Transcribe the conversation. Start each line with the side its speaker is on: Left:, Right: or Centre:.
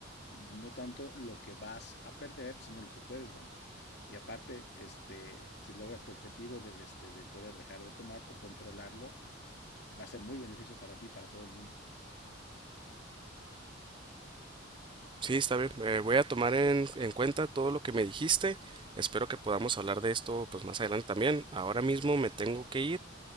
Left: no tanto lo que vas a perder, sino lo que puedes ganar. Y aparte, este, si logras tu objetivo de, de, este, de poder dejar de tomar o controlarlo, va a ser muy beneficio para ti y para todo el mundo.
Right: Sí, está bien. eh, voy a tomar en, en cuenta todo lo que me dijiste. Espero que podamos hablar de esto pues más adelante también. Ahora mismo me tengo que ir